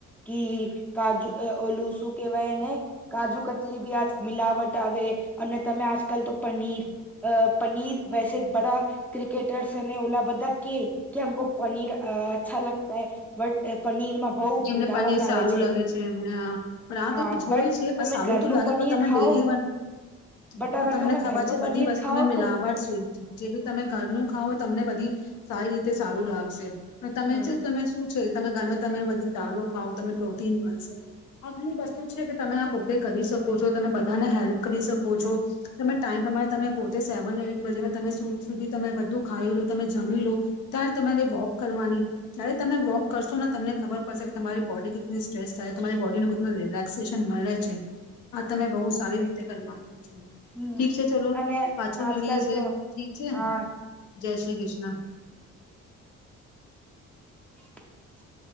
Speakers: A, in the centre; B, on the left.
A: કે કાજુ ઓલું શું કેવાય ને કાજુ કતલી બી આજ મિલાવટ આવે અને તમે આજકાલ તો પનીર અ પનીર વેસે બડા ક્રિકેટર્સ અને ઓલા બધા કે કે હમકો પનીર અ અચ્છા લગતા હે બટ પનીરમાં બહુ
B: એમને
A: મિલાવટ
B: પનીર સારું
A: આવે
B: લાગે છે એમને આ
A: હા
B: તો છ
A: બટ
B: હોય છે પણ
A: તમે
B: સારું
A: ઘરનું
B: તો લાગે
A: પનીર
B: પણ તમેં
A: ખાઓ
B: ડેલી ના
A: બટ અગર
B: તમને
A: તમે
B: ખબર
A: ઘરનું
B: છે
A: પનીર
B: બધી વસ્તુ
A: ખાઓ
B: મિલાવડ
A: તો
B: છે જે બી તમે ઘરનું ખાવ તમને બધી સારી રીતે સારું લાગશે. તમે
A: હમ
B: છે તમે શું છે તમે ગમે તમે બધું ચાલો ખાવ તને પ્રોટીન મળશે આ ઘણી વસ્તુ છે કે તમે આ પોતે કરી શકો છો તમે બધાને હેલ્પ કરી શકો
A: હમ
B: છો તમે ટાઈમ પ્રમાણે તમે પોતેે સેવન એઈટ બજે તમે સુ સુધી તમે બધું ખાઈ લો, તમે જમી લો, ત્યારે તમારે વોક કરવાની જ્યારે તમે વોક કરશો ને તમને ખ પડશે કે તમારી બોડી સ્ટ્રેસ થાય તમારી બોડી નું કેટલું રિલેક્સેશન મલે છે આ તમે બઉ સારી રીતે કરવાનું.
A: હમ
B: ઠીક છે ચલો
A: અને
B: પાછું
A: આજકાલ
B: મળીયે છે
A: તો
B: ઠીક છે
A: હા
B: જય શ્રી કૃષ્ણ.
A: <inaudible>